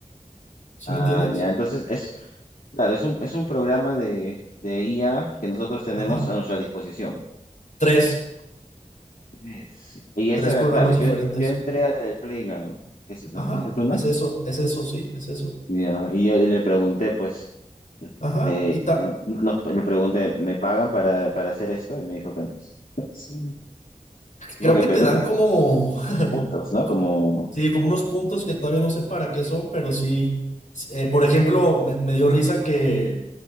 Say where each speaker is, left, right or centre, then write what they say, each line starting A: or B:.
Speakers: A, on the left; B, on the left.
A: ¿Sí
B: Ah,
A: me entiendes?
B: ya. Entonces, es, claro, es un, es un programa de, de IA que nosotros tenemos
A: Ajá.
B: a nuestra disposición.
A: Tres,
B: Es- Y esa
A: tres
B: era,
A: programas
B: claro, yo,
A: diferentes.
B: en- yo entré a la del Playground. Eso, ¿no?
A: Ajá.
B: ¿Esa es una?
A: Es eso, es eso, sí, es eso.
B: Ya, Y yo y le pregunté, pues,
A: Ajá.
B: eh,
A: Y ta-
B: n- nos, le pregunté, ¿me pagan para, para hacer esto? Y me dijo que no. <laughs> Sí. Porque
A: creo que
B: pues,
A: te
B: no
A: dan
B: te-
A: como,
B: puntos,
A: <laughs>
B: ¿no?
A: co-
B: Como...
A: sí, como unos puntos que todavía no sé para qué son, pero sí. Eh, por ejemplo, me me dio risa que...